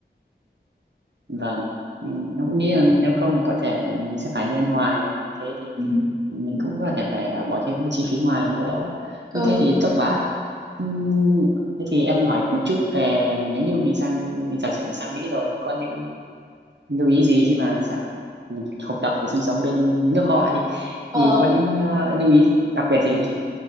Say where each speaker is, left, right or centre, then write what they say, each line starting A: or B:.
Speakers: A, on the right; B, on the right.
A: vâng Ừ, em cũng nghĩ là nếu không thì có thể mình sẽ phải đi ăn ngoài như thế thì
B: ừ.
A: mình
B: Ừ.
A: cũng có thể phải à, bỏ thêm cái chi phí ngoài nữa như
B: Ờ,
A: thế thì tốt quá Ừm, thế thì em hỏi một chút về nếu như mình sang mình giả sử mình sang Mỹ rồi thì có những lưu ý gì khi mà xã, học tập và sinh sống bên nước họ đi
B: ờ.
A: thì có những ờ, lưu ý đặc biệt gì không chị